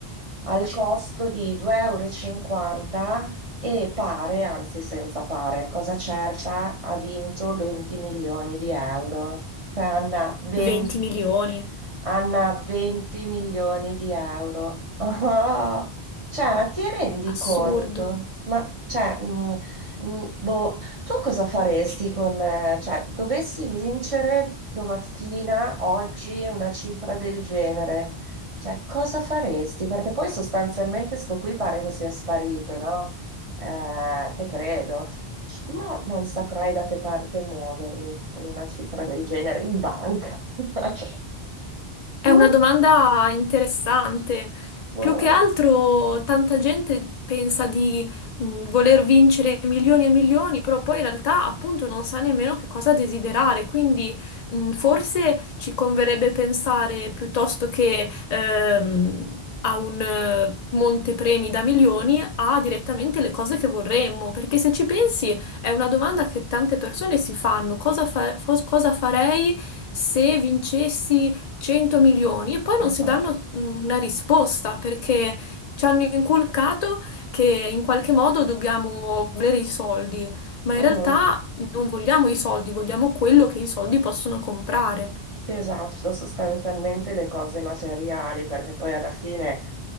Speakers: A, on the right; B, on the left.
A: al costo di 2,50 euro e cinquanta e pare, anzi senza pare, cosa certa, ha vinto 20 milioni di euro. Cioè, Anna, 20.
B: 20 milioni,
A: Anna, 20 milioni di euro. Oh, cioè, ma ti rendi
B: assurdo.
A: conto? Ma, cioè, mm, mm, boh, tu cosa faresti con, eh, cioè, dovessi vincere domattina, oggi, una cifra del genere? Cioè, cosa faresti? Perché poi sostanzialmente sto qui pare che sia sparito, no? Eh, te credo. Io non saprei da che parte muovermi con una cifra del genere in banca. <laughs>
B: È
A: Tu?
B: una domanda interessante.
A: Uh,
B: Più che altro, tanta gente pensa di mh, voler vincere milioni e milioni, però poi in realtà, appunto, non sa nemmeno che cosa desiderare. Quindi, mh, forse ci converrebbe pensare piuttosto che ehm, a un eh, montepremi da milioni, a direttamente le cose che vorremmo. Perché se ci pensi, è una domanda che tante persone si fanno: cosa fa- fos- cosa farei se vincessi? 100 milioni e poi non
A: esatto.
B: si danno mm, una risposta perché ci hanno inculcato che in qualche modo dobbiamo volere i soldi, ma
A: Mhm.
B: in realtà non vogliamo i soldi, vogliamo quello che i soldi possono comprare.
A: Sì, esatto, sostanzialmente le cose materiali, perché poi alla fine